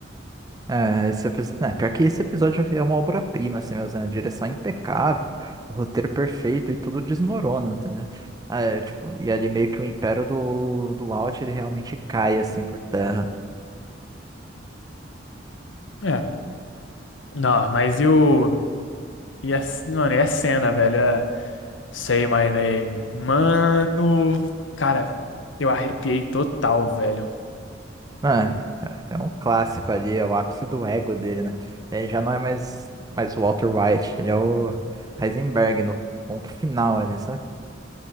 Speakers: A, on the right (about 20°); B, on the left (about 85°).
A: É, esse episódio, né, pior que esse episódio é uma obra-prima, assim mesmo, né? A direção é impecável, o roteiro perfeito e tudo desmorona, entendeu? Ah, é, tipo, e ali meio que o império do, do Walt, ele realmente cai, assim, por terra.
B: É, não, mas e o. E a, mano, e a cena, velho? É Say My Name. Mano, cara, eu arrepiei total, velho.
A: Ah, é é um clássico ali, é o ápice do ego dele, né? Ele já não é mais, mais o Walter White, ele é o Heisenberg no ponto final ali, sabe?